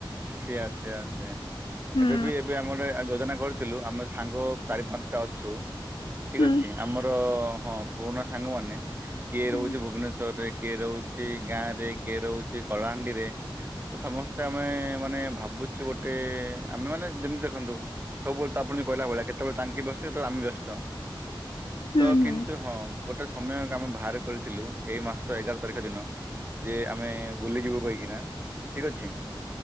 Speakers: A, on the right (about 25°); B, on the left (about 75°).
A: ସେଆ ସେଆ ସେୟା
B: ହୁଁ
A: ଏବେ ବି ଏବେ ଆମ ଗୋଟେ ଯୋଜନା କରି ଥିଲୁ ଆମ ସାଙ୍ଗ ଚାରି ପାଞ୍ଚଟା ଅଛୁ ଠିକ
B: ହୁଁ
A: ଅଛି ଆମର-ଅ-ଅ-ଅ ହଁ ପୁରୁଣା ସାଙ୍ଗମାନେ କିଏ
B: ହୁଁ
A: ରହୁଛି ଭୁବନେଶ୍ଵରରେ, କିଏ ରହୁଛି ଗାଁ ରେ, କିଏ ରହୁଛି କଳାହାଣ୍ଡି ରେ। ତ ସମସ୍ତେ ଆମେ ମାନେ ଭାବୁଛୁ ଗୋଟେ-ଏ-ଏ ଆମେ ମାନେ ଯେମିତି ଦେଖନ୍ତୁ ସବୁବେଳେ ଆପଣ ଯ କହିଲା ଭଳିଆ କେତେବେଳେ ତାଙ୍କେ ବ୍ୟସ୍ତ ସେତେବେଳେ ଆମେ ବ୍ୟସ୍ତ
B: ହୁଁ
A: ତ
B: ହୁଁ
A: କିନ୍ତୁ ହଁ। ଗୋଟେ ସମୟ ଆମେ ବାହାର କରିଥିଲୁ ଏଇ ମାସ ଏଗାର ତାରିଖ ଦିନ ଯେ ଆମେ ବୁଲିଯିବୁ କହି କିନା ଠିକ ଅଛି